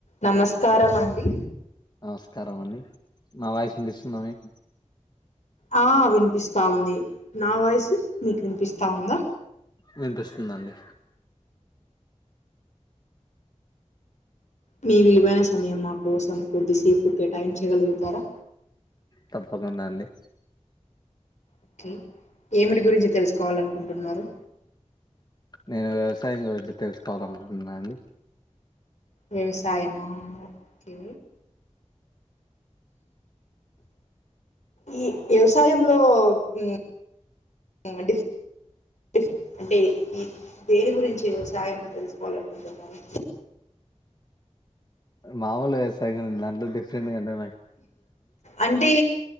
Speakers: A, on the left; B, on the left.
A: నమస్కారమండి
B: నమస్కారం అండి నా వాయిస్ విన్పిస్తుందా మీకు
A: ఆ విన్పిస్తా ఉంది నా వాయిస్ మీకు విన్పిస్తా ఉందా
B: విన్పిస్తుందండి
A: మీ విలువైన సమయం మా కోసం కొద్దిసేపు కేటాయించగలుగుతారా
B: తప్పకుండా అండి
A: ఓకే ఏమిటి గురించి తెలుసుకోవాలనుకుంటున్నారు
B: నేను వ్యవసాయం గురించి తెలుసుకోవాలనుకుంటున్నా అండి
A: వ్యవసాయమా ఓకే ఊ ఈ వ్యవసాయంలో హ్మ్ ఇంగ డిఫ్ డిఫ్ డి ఈ దేని గురించి సాయంలో తెలుసుకోవాలనుకుంటున్నారు
B: మామూలు వ్యవసాయంగా ఉంది దాంట్లో డిఫరెంట్గాంటే
A: అంటే